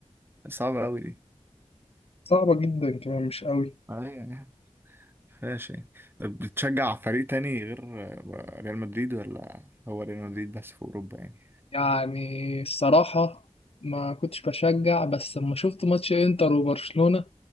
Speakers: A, on the right (about 20°); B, on the left (about 60°).
A: صعبة قوي دي
B: صعبة جدا كمان مش قوي
A: ايوه يعني فيهاش يعني طب بتشجع فريق تاني غير آه، ريال مدريد ولا هو ريال مدريد بس في اوروبا يعني؟
B: يعني الصراحة ما كنتش بشجع بس لما شفت ماتش انتر وبرشلونة